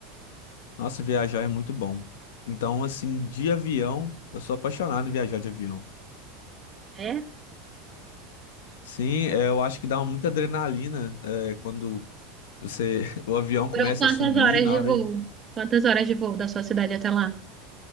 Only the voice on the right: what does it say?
É?
Foram quantas
horas
de
voo? Quantas horas de voo da sua cidade até lá?